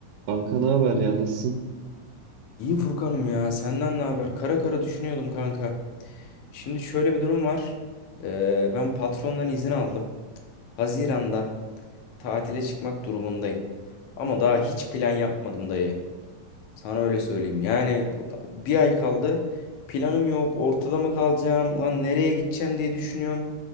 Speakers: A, on the right (about 75°); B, on the left (about 70°).
A: Kanka ne haber ya nasılsın?
B: İyi Furkan'ım ya senden ne haber? Kara kara düşünüyordum kanka. Şimdi şöyle bir durum var. Ee, ben patrondan izin aldım. Haziran'da tatile çıkmak durumundayım. Ama daha hiç plan yapmadım dayı. Sana öyle söyleyeyim. Yani bu- bir ay kaldı. Planım yok. Ortada mı kalacağım? Lan nereye gideceğim diye düşünüyorum.